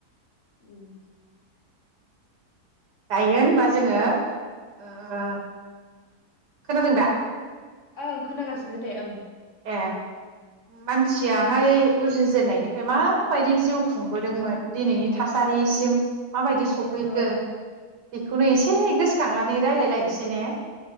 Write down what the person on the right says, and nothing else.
गायगोन होनबा जोङो ओ खोनादों दा?
ए मानसियाहाय उजिजेननायनिफ्राय माबायदि जिउ खुंबोदोंमोन दिनैनि थासारिसिम माबायदि सफैखो
बेखौनो एसे गोसोखांलानै रायलाय लायनसै ने